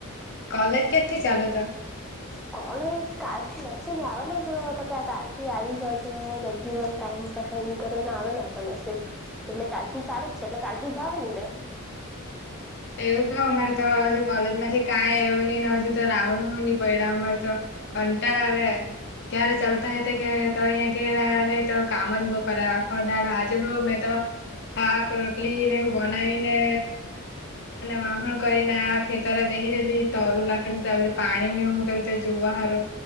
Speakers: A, on the left (about 55°); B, in the centre.
A: કોલેજ કેથી ચાલુ તો
B: કોણ કાલથીસે ગાવ ના જો તો કે કાલથી આવી જ જો રેગ્યુલર ટાઈમ ફોન કરીને આવેલો હતો મેસેજ એટલે કાલથી ચાલુ જ છે એટલે કાલથી જવાની મેં
A: <unintelligible> એવું ક અમારે તો હજુ કોલેજ માંથી કઈ આવ્યો નહીને હજુ તો રાઉ ન હો નહી પડ્યા અમાર તો કંટળ આવે ક્યારે ચાલતા હ તો ઘેરે તો અહિયાં ઘેરે આવે તો કામ જ બો કરખાડ આજે હ મેમે તો હા રોટલી ને બનાવી ને વાહણ કરીને આ ખેતરા બેહે રહેલી તરું લખેલું પાણી નને કર્યું જોવા હારો